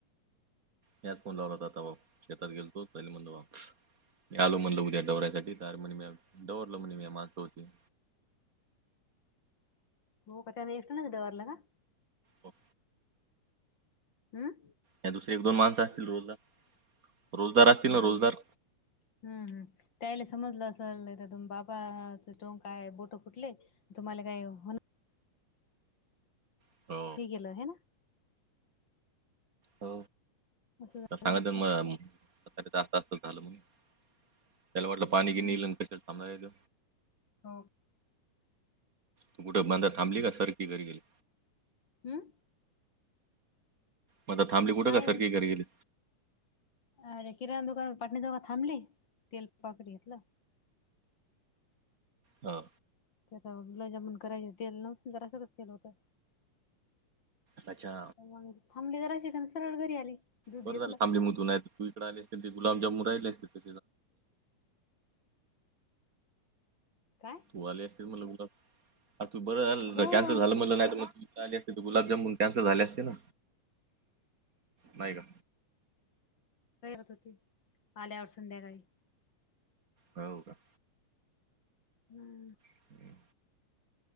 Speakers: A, on the right; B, on the left.
A: म्याच फोनवर लावला होता तवा शेतात गेल तो पहिली म्हणल मी आलो म्हणलं उद्या दौऱ्यासाठी तर म्हण म दडवरलं म्हणे म्या माणसं होती.
B: हो का त्यांन एकट्यान डववरला का?
A: हो.
B: हम्म.
A: या दुसरे एक, दोन माणसं असतील रोजदार, रोजदार असतील
B: हो
A: ना रोजदार.
B: हम्म, हम्म, त्यायले समजलं असल तुम बाबाच टोंकय बोट फुटले. तुम्हाला काय होन -
A: हो.
B: हे गेलं है ना.
A: हो
B: असं झालं
A: तर सांगात
B: असेल
A: मग त झालं म्हणुन त्याला वाटलं पाणी गिनी
B: हम्म
A: येईल कशाला थांबयला यायले.
B: हो.
A: तू कुठं बंदा थांबली का सरखी घरी गेली?
B: हम्म.
A: मधात थांबली कुठे
B: नाही
A: का सरकी घरी गेली?
B: अरे किराणा दुकानवर पाटनी जवळ थांबली तेलच पॉकेट घेतलं.
A: हा.
B: ते आता गुलाबजामुन करायचं तेल न्हवत ना जरा सखच तेल होतं.
A: अच्छा.
B: मग थांबली जराशी आणि सरळ घरी आली. दूध
A: बरं
B: घेतलं
A: झालं थब मधून आहेत तू इकडे आले असते ते गुलाबजामुन राहिले <inaudible> असते
B: काय?
A: हो आले असतील मटला बुलार तू बरं झालं
B: हो
A: कॅन्सल झालं म्हटलं नाही मग त ले असते त गुलाबजामन त्यांस झाले असते ना नाही का
B: बाहेरचं होती आल्यावर संध्याकाळी
A: होव का
B: हम्म
A: हम्म.